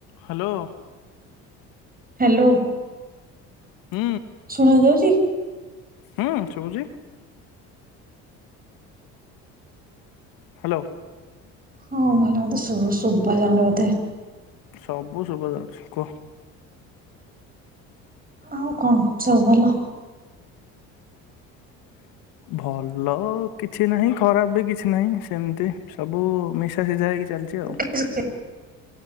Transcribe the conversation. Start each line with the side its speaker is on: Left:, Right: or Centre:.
Left: ହ୍ୟାଲୋ।
Right: ହ୍ୟାଲୋ।
Left: ହୁଁ।
Right: ଶୁଣା ଯାଉଛି।
Left: ହଁ ଶୁଭୁଛି। ହ୍ୟାଲୋ।
Right: ହଉ <unintelligible> ହଲେ ମୋତେ ଶ-ଶୁଭ ଜାଉନି ବୋଧେ।
Left: ସବୁ ଶୁଭା ଯାଉଛି କୁହ।
Right: ଆଉ କଣ ସବୁ ଭଲ?
Left: ଭଲ କିଛି ନାହିଁ ଖରାପ ବି କିଛି ନାହିଁ ସେମିତି। ସବୁ ମିଶା ସିଜା ହେଇକି ଚାଲିଛି। ଆଉ।
Right: ଦୁଃଖେ ସୁଖେ